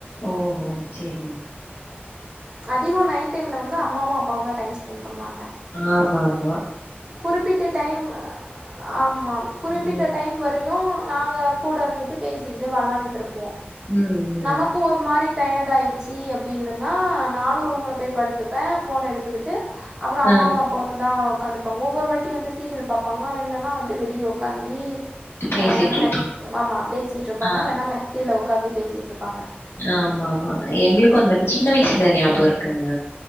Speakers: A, on the left; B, on the right.
A: ஓஹோ செரி
B: அதிகோ நைட் டைம்ல வந்து அம்மாவு அப்பாவு தா டைம் ஸ்பெண்ட் பண்ணுவாங்க
A: ஆமா ஆமா
B: குறிப்பிட்ட டைம் ஆமா குறிப்பிட்ட
A: ம்.
B: டைம் வரையு நாங்க கூட இருந்துட்டு பேசிக்கிட்டு வெளாண்டுட்டு இருப்போ
A: ம் ம்.
B: நமக்கு ஒரு மாரி டயர்ட் ஆயிடுச்சி அப்டின்னுன்னா நானு ரூம்ல போயி படுத்துப்பே போன எடுத்துகிட்டு அப்பறொ அம்மாவு
A: ஆ
B: அப்பாவுந் தா ஒக்காந்து ஒவ்வொரு வாட்டி வந்து சீரியல் பாப்பாங்க இல்லன்னா வந்து வெளிய உக்காந்தீ
A: பேசிட்டு
B: இல்லனா
A: இருப்பாங்க.
B: மெத் ஆமா பேசிட்டு இருப்பாங்க
A: ஆ,
B: இல்லன்னா மெத்தைல ஒக்காந்து பேசிட்டு இருப்பாங்க
A: ஆமா ஆமா எங்களுக்கு அந்த சின்ன வய்சில ஞாபக இரு க்குங்க